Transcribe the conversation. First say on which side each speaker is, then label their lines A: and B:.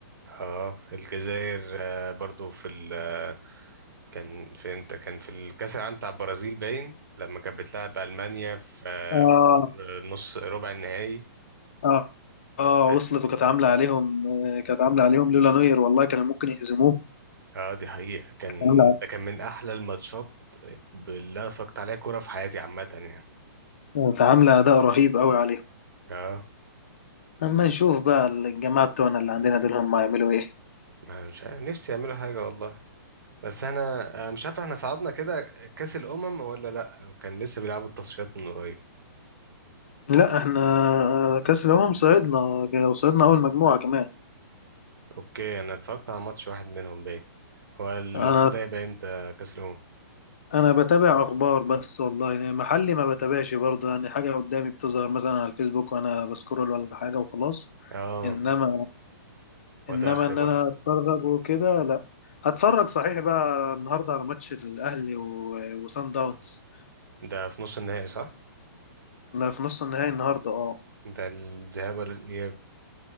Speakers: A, on the right; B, on the left.
A: اه الجزائر آه، برضو في ال آه، كان في امتى كان في الكاس العالم بتاع البرازيل باين لما كانت بتلعب المانيا في آه،
B: آه
A: في الدور آه، نص ربع النهائي
B: اه اه
A: اه
B: وصلت وكانت عامله عليهم آه، كانت عامله عليهم لولا نوير والله كانوا ممكن يهزموه
A: آه، دي حقيقة كان
B: كانت عامله
A: ده كان من احلى الماتشات اللي انا اتفرجت عليها كورة في حياتي عامة يعني
B: كانت عامله اداء رهيب قوي عليهم
A: اه
B: اما نشوف بقى الجماعه بتوعنا اللي عندنا دول هم هيعملوا ايه
A: ما مش عارف نفسي يعملوا حاجة والله بس انا آه، مش عارف احنا صعدنا كده كأس الأمم ولا لا كان لسه بيلعبوا التصفيات من قريب
B: لا احنا آه، كاس الامم صعدنا وصعدنا اول مجموعه كمان
A: اوكي انا اتفرجت على ماتش واحد منهم باين هو المفروض
B: انا
A: هيبقى امتى كاس الامم
B: انا بتابع اخبار بس والله يعني محلي ما بتابعش برضه يعني حاجه قدامي بتظهر مثلا على الفيسبوك وانا بسكرول ولا حاجه وخلاص
A: اه
B: انما
A: ما
B: انما
A: ده اخري
B: ان انا
A: برضه
B: اتفرج وكده لا هتفرج صحيح بقى النهارده على ماتش الاهلي و- وصن داونز
A: ده في نص النهائي صح
B: ده في نص النهائي النهارده اه
A: ده الذهاب ولا الاياب